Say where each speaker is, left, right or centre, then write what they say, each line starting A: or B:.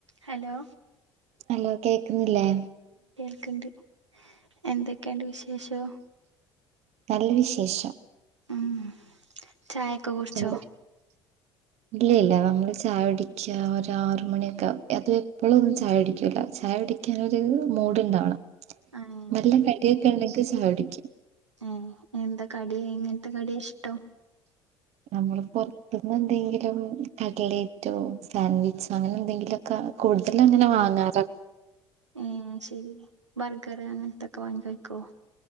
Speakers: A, on the right; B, on the right.
A: Hello
B: hello കേക്കുന്നില്ലേ?
A: ക്ക്‌ണ്ട് എന്തൊക്കെയണ്ട് വിശേഷോ?
B: നല്ല വിശേഷം.
A: ഉം ചായൊക്കെ കുടിച്ചോ?
B: എന്താ ഇല്ല ഇല്ല, നമ്മള് ചായ കുടിക്കുക ഒരാറു മണിയൊക്കാവും അതെപ്പളുവൊന്നും ചായകുടിക്ക്യേല ചായ ചായുടിക്കാനൊരു മൂഡ്ണ്ടാവണം
A: ആഹ്
B: നല്ല കടിയൊക്കെ ഉണ്ടെങ്കിൽ ചായുടിക്കും.
A: ഏ എന്താ കടി, എങ്ങനത്തെ കടിയ ഇഷ്ടം?
B: നമ്മള് പൊറത്തുന്ന് എന്തെങ്കിലും കട്ലേറ്റോ സാൻഡ്വിച്ചോ അങ്ങനെ എന്തെങ്കിലുഒക്കെ കൂടുതലും അങ്ങനെ വാങ്ങാറാ.
A: ഏ ശരി ബർഗറ് അങ്ങനത്തൊക്കെ വാങ്ങി വെക്കുവോ?